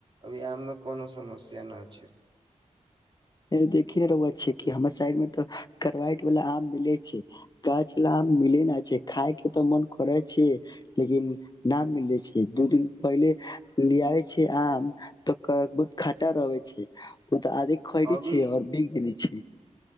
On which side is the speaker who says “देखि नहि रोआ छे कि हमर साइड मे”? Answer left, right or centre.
Left